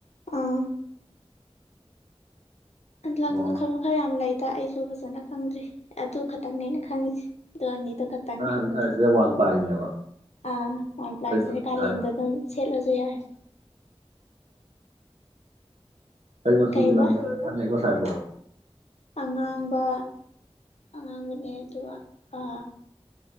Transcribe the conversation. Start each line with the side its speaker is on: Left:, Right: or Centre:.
Left: ꯑꯥ ꯂꯪ
Right: ꯑꯣ
Left: ꯃꯈꯜ ꯃꯈꯜ ꯌꯥꯝ ꯂꯩꯗ ꯑꯩꯖꯨ ꯐꯖꯅ ꯈꯪꯗ꯭ꯔꯤ꯫ ꯑꯗꯨ ꯈꯇꯪꯅꯦ ꯑꯩꯅ ꯈꯪꯉꯤꯖꯦ ꯑꯗꯨ ꯑꯅꯤꯗꯨ ꯈꯛꯇꯪꯅꯦ꯫
Right: ꯅꯪ ꯍꯧꯖꯤꯛ ꯁꯥꯏꯁꯦ ꯋꯥꯟ ꯄ꯭ꯂꯥꯏꯅꯦꯕ
Left: ꯑꯥ ꯋꯥꯟ ꯄ꯭ꯂꯥꯏꯖꯤꯅ
Right: ꯀꯩ ꯃꯆꯨ
Left: ꯀꯥꯂꯦꯟꯗ
Right: ꯁꯥꯏꯅꯣ
Left: ꯑꯗꯨꯝ ꯁꯦꯠꯂꯖꯨ ꯌꯥꯔꯦ
Right: ꯀꯔꯤ ꯃꯆꯨꯒꯤ
Left: ꯀꯩꯕ
Right: ꯂꯪ ꯐꯅꯦꯛꯂꯣ ꯁꯥꯏ ꯈꯥꯏꯕꯣ
Left: ꯑꯉꯥꯡꯕ ꯑꯉꯥꯡꯕꯅꯦ ꯑꯗꯨꯒ ꯄꯥ